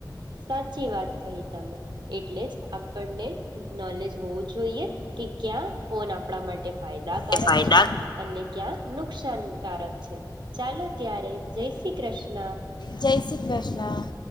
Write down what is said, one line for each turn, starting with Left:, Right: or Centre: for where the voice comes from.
Right: સાચી વાત કહી તમે. એટલે જ આપણને નોલેજ હોવું જોઈએ કે ક્યાં ફોન આપડા માટે ફાયદાકારક
Left: એ ફાયદા
Right: છે અને ક્યાં નુકસાનકારક છે. ચાલો ત્યારે જય શ્રી કૃષ્ણ.
Left: જય શ્રી કૃષ્ણ.